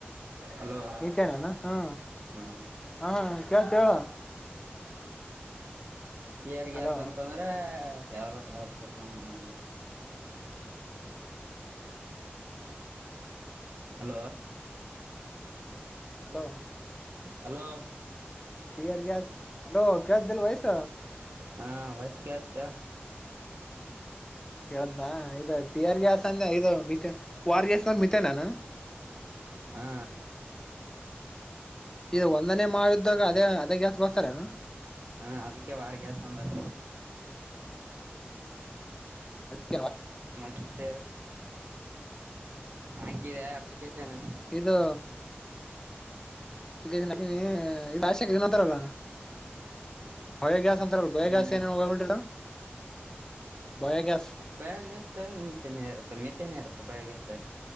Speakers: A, on the right; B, on the left.
A: ಹಲೋ
B: ಮೀತ್ಯನಾ ಹಾ
A: ಹಾಂ
B: ಹಾ ಕೇಳುತ್ತೆ ಹೇಳು
A: ಟಿಯರ್ ಗ್ಯಾಸ್
B: ಹಲೋ
A: ಅಂತದ್ರೆ ಯಲೋ ಪರತೆಪ್ಪಣ <unintelligible> hello
B: hello
A: hello
B: hair gas hello ಕೇಳ್ಸ್ತೀಲ್ಲ ವಾಯ್ಸ್
A: ಹಾ ವಾಯ್ಸ್ ಕೇಳ್ಸ್ತಾ ಹೇಳ್
B: ಕೇಳುತ್ತ ಇದು ಟಿ ಆರ್ ಗ್ಯಾಸ್ ಅಂದ್ರೆ ಇದು ಮಿತೆನ್ ವ ಆರ್ ಗ್ಯಾಸ್ ಅಂದ್ರೆ ಮಿತಾನೆಯನು
A: ಹಾ
B: ಇದು ಒಂದನೇ ಮಾಡಿದ್ದಾಗ ಅದೇ ಅದ ಗ್ಯಾಸ್ ಬರ್ತರೇನು
A: ಹಾಂ ಅದಕ್ಕೆ ವಾರ್ ಗ್ಯಾಸ್ ಅಂದ್ರ
B: ಅ <inaudible>
A: ಮತ್ತ ಹಾಕಿದೆ ಅಪ್ಲಿಕೇಶನ್
B: ಇದು ಅಪ್ಲಿಕೇಶ ನಕ ನೀ ಇಾ ಂತರಲ್ಲ ಬಳಗೆ್ಯಸ್ ಬಯಗಾಸ
A: ಏನು
B: ಏಗಡಾ ಬಯಗಸ್
A: ಬಯಗ್ಯಸ್ತ ಮೀಥೆನರತ ಮಿತ್ತೆನರತ ಬಯಗೆ್ಯಸ್್ದ